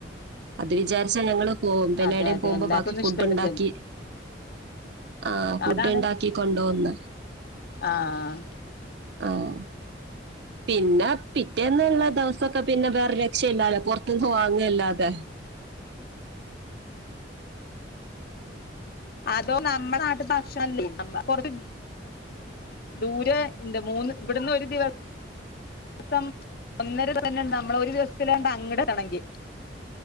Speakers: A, on the right (about 60°); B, on the left (about 55°).
A: അത് വിചാരിച്ചാ ഞങ്ങള് പോമ് പിന്നേടേയും
B: അതെ അതെ
A: പോമ്പോ
B: എല്ലാർക്കൊന്നും
A: ബാക്കി ഫുഡ്ണ്ടാക്കി
B: ഇഷ്ടപ്പെടില്ലല്ലോ
A: ആഹ് ഫുഡൊണ്ടാക്കി
B: അതാണ്
A: കൊണ്ടോന്ന
B: ആഹ്
A: ആഹ് പിന്നെ പിറ്റേന്ന്ള്ള ദെവസോക്ക പിന്ന വേറെ രക്ഷ യില്ലാലപൊറത്തൂന്ന് വാങ്ങ ല്ലാതെ
B: അതോ നമ്മടെ നാട്ട് ഭക്ഷണംല്ലേ <unintelligible> ദൂരെ ഇണ്ട് മൂന്ന് ഇവിടുന്ന് ഒരു ദിവ ദിവസം ഒന്നര തന്നെണ്ട് നമ്മള് ഒരു ദിവസത്തിലാണ്ട് അങ്ങട് <unintelligible> ണങ്കി